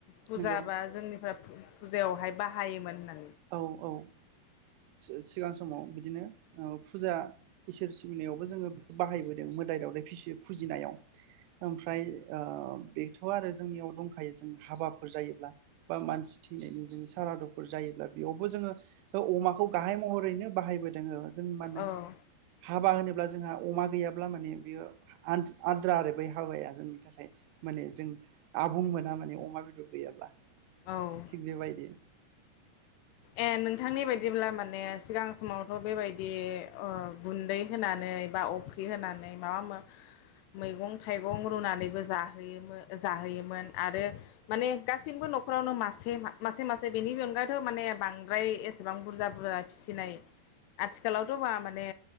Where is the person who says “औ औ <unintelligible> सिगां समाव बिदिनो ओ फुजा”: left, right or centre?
Right